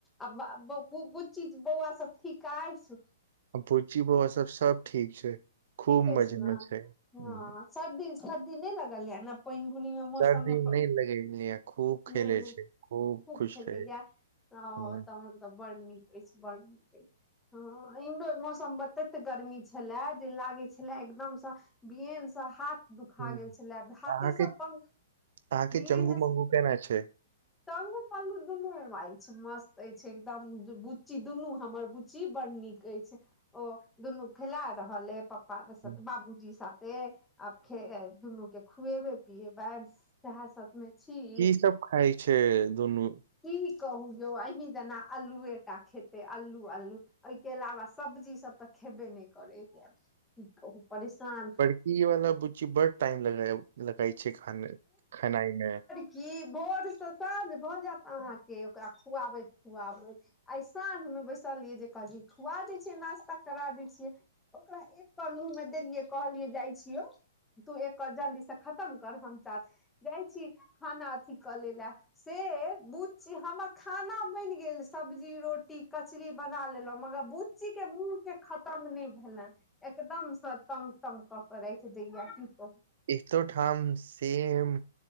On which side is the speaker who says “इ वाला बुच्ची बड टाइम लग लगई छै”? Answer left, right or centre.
Right